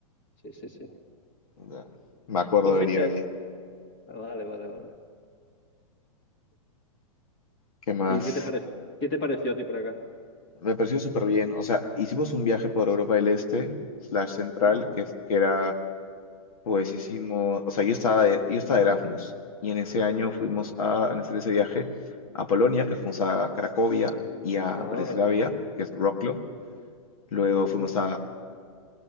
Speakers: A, on the left (about 35°); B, on the left (about 85°).
A: sí, sí, sí.
B: Ya. Me acuerdo
A: ¿Tú
B: de
A: fuiste,
B: haber ido ahí.
A: Ah, Vale, vale, vale.
B: ¿Qué más?
A: ¿Y qué te parece, qué te pareció a ti por acá?
B: Me pareció súper bien. O sea, hicimos un viaje por Europa del Este, slash central,
A: Ah,
B: que, es- que era, pues hicimos, o sea, yo estaba de, yo estaba de Erasmus y en ese año fuimos a, en ese, ese viaje a Polonia, que fuimos a Cracovia y a
A: ah,
B: Breslavia, que es Wrocław. Luego
A: ah.
B: fuimos a,